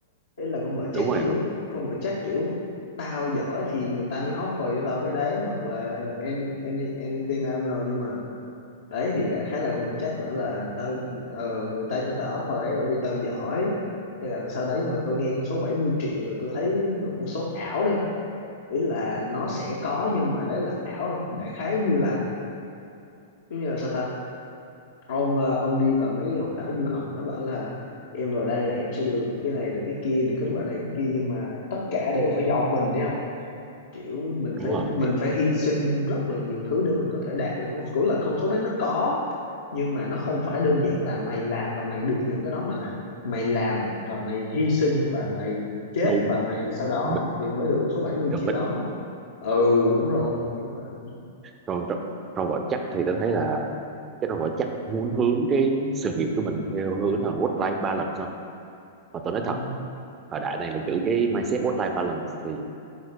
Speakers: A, on the left (about 75°); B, on the right (about 25°).
A: ý là con vợ chắc
B: đúng rồi
A: kiểu
B: không
A: con vợ chắc kiểu tao giỏi thì người ta mới offer cho tao cái đấy hoặc là any, any, anything I don't know nhưng mà đấy thì đại khái là con vợ chắc quả là tao ờ, người ta cho tao offer đấy bởi vì tao giỏi hay là sau đấy nhưng mà tôi nghe con số 70 triệu là tôi thấy một con số ảo đấy không ý là nó sẽ có nhưng mà đấy là ảo đại khái như là giống như là sao ta ông ờ, ông đi vào mấy cái hội thảo du học mà nó bảo là em vào đây là em sẽ được cái này được cái kia được kết quả này cái kia nhưng mà tất cả đều phải do mình đấy không kiểu mình
B: đúng
A: phải
B: rồi
A: mình phải hy sinh rất là nhiều thứ để mình có thể đạt được con cũng là con số đấy nó có nhưng mà nó không phải đơn giản là mày làm và mày được nhận cái đó mà là mày làm và mày hy sinh và mày chết
B: đúng
A: và mày sau đó
B: cầm bích
A: thì mới được con số 70
B: cầm
A: triệu
B: bích
A: đó ừ đúng rồi
B: đúng rồi
A: như vậy
B: còn Tròn- Tròn và chắc thì tôi thấy là cái Tròn và chắc muốn hướng cái sự nghiệp của mình theo hướng là work life balance không mà tôi nói thật
A: ừ,
B: thời đại này mà giữ cái mindset work life balance thì